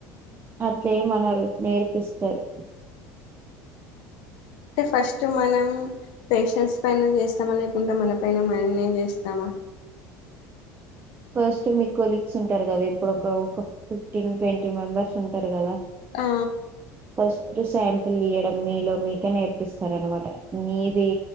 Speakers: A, on the right (about 25°); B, on the left (about 65°).
A: అంతే మనరు నేర్పిస్తారు
B: అంటే ఫస్ట్ మనం పేషెన్స్ పైన చేస్తామా లేకుంటడా మన పైన మంనే చేస్తామా
A: ఫస్ట్ మీ కొలీగ్స్ ఉంటారు కదా ఇప్పుడు ఒక ఫిఫ్టీన్ ట్వంటీ మెంబర్స్ ఉంటారు కదా
B: ఆ
A: అస్ శాంపిల్ తీయడం మీలో మీకే నేర్పిస్తార అనమాట నీది